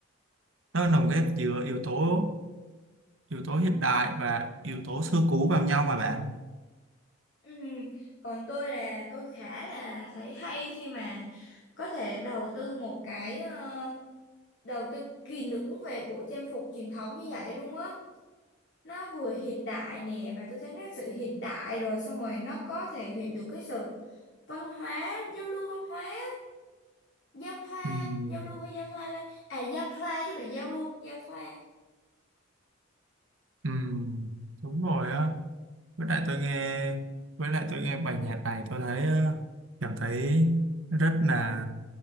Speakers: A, on the right; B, on the left.
A: nó lồng ghép giữa yếu tố yếu tố hiện đại và yếu tố xưa cũ vào nhau mà bạn
B: Ừ. Còn tôi là tôi khá là thấy hay khi mà có thể đầu tư một cái ờ, đầu tư kỳ lưỡng về bộ trang phục truyền thống như vậy luôn á. Nó vừa hiện đại nè và tôi thấy nó sự hiện đại rồi xong rồi nó có thể hiện được cái sự văn hóa giao lưu văn hóa giao thoa
A: Ừm,
B: giao lưu hay giao thoa ta à giao thoa chứ phải giao lưu giao thoa
A: ừm, đúng rồi á. với lại tôi nghe với lại tôi nghe bài nhạc này tôi thấy ờ, cảm thấy rất là